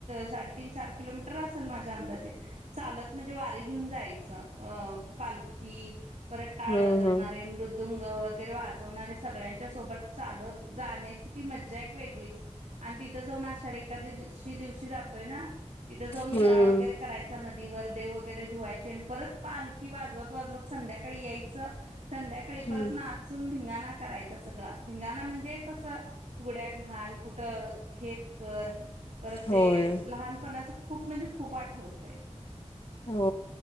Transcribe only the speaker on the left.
हम्म
हम्म
हम्म
हम्म
होय
हो